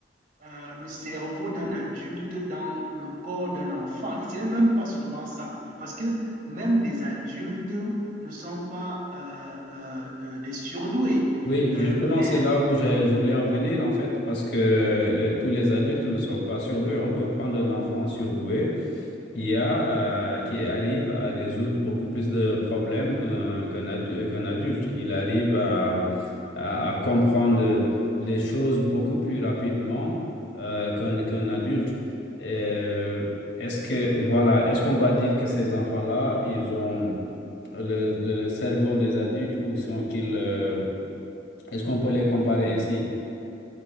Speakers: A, on the right; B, on the left.
A: euh, le cerveau d'un adulte dans le corps d'un enfant. Et ce n'est même pas seulement ça, parce que même des adultes ne sont pas euh, euh, euh, des surdoués.
B: Oui,
A: Euh,
B: justement,
A: mais
B: c'est là où je, je voulais en venir, en fait, parce que euh, les- tous les adultes ne sont pas surdoués. On peut prendre un enfant surdoué. IA euh, qui arrive à résoudre beaucoup plus de problèmes qu'un qu'un adu- qu'un adulte. Il arrive à, à- à comprendre les choses beaucoup plus rapidement euh, qu'un qu'un adulte. Euh, Est-ce que, voilà, est-ce qu'on va dire que ces enfants-là, ils ont le, le cerveau des adultes ou ils sont qu'ils, euh, est-ce qu'on peut les comparer ainsi?